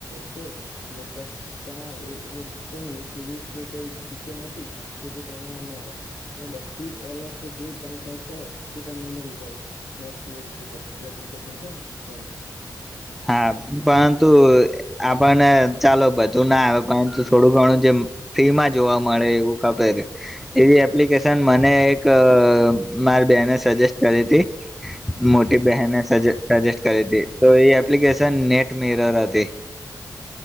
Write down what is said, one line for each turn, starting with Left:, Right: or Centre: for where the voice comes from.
Left: છે પ્લેટફોર્મ તેમાં એ એ પણ એવી સિરીઝ કે કોઈ ફીચર નથી કે જે તેમાં ન હોય બધી ઓલ ઓફ તો જે તમે સર્ચ કરો તે તમને મળી જાય નેચક્સ ઉપર જે એપ્લિકેશન છે ને તેમાં.
Centre: હા પણ તું આપણને ચાલો બધું ના આવે પરંતુ થોડું ઘણું જે ફી માં જોવા મળે એવું ખે એવી એપ્લિકેશન મને એક મારી બેને સજેસ્ટ કરી હતી. મોટી બહેને
Left: હા હા
Centre: સજ સજેસ્ટ કરી હતી તો એ એપ્લિકેશન નેટ મેર હતી.